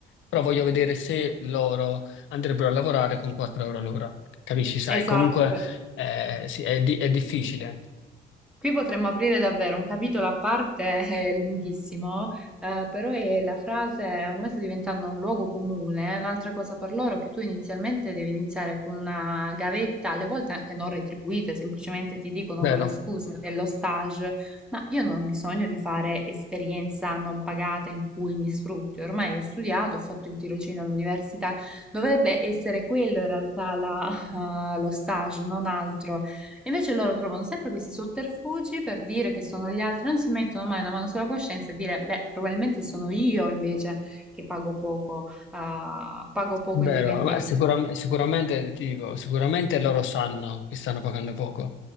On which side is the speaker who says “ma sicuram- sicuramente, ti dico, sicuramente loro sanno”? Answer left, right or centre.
Left